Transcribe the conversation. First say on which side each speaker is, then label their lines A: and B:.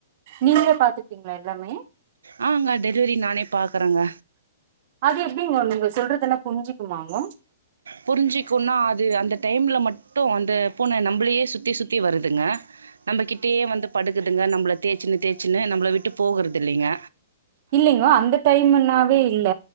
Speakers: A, on the right; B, on the right.
A: நீங்களே பாத்துட்டீங்ளா எல்லாமே
B: ஆமாங்க டெலிவரி நானே பாக்குறேங்க
A: அது எப்டிங்கோ நீங்க சொல்றதெல்லா புரிஞ்சுக்குமாங்கோ
B: புரிஞ்சுக்கும்னா அது அந்த டைம்ல மட்டு அந்த பூன நம்பளையே சுத்தி சுத்தி வருதுங்க நம்ப கிட்டயே வந்து படுக்குதுங்க நம்மள தேச்சுன்னு தேச்சுன்னு நம்மள விட்டு போகறதுல்லைங்க
A: இல்லைங்கோ அந்த டைம்னாவே இல்ல